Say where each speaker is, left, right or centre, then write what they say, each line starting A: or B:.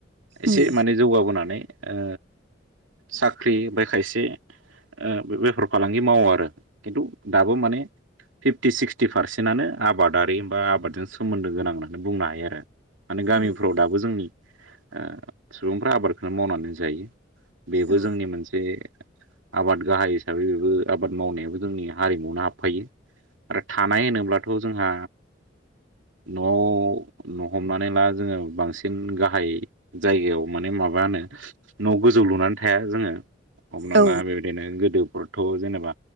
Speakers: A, on the right; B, on the right.
A: एसे
B: उम
A: माने जौगाबोनानै ओ साख्रि बो खायसे ओ बेफार फालांगि मावो आरो खिन्थु दाबो माने फिफ्टि सिक्सटि पारसेन्टनो आबादारि बा आबादजों सोमोन्दो गोनां होननानै बुंनो हायो। थायो आरो माने गामिफ्राव
B: नंगौ नंगौ
A: दाबो जोंनि ओ सुबुंफ्रा आबादखौनो मावनानै जायो। बेबो
B: औ
A: जोंनि मोनसे आबाद गाहाइ हिसाबै बेबो आबाद मावनायाबो जोंनि हारिमु आवनो हाबफायो। आरो थानाय होनोब्लाथ' जोंहा न'आव न हमनानै ला जोङो बांसिन गाहाय जायगायाव माने माबानो न' गोज जौ लुनानै थाया जोङो। हमनान
B: औ
A: ला बेबायदिनो गोदो फोरथ' जेनेबा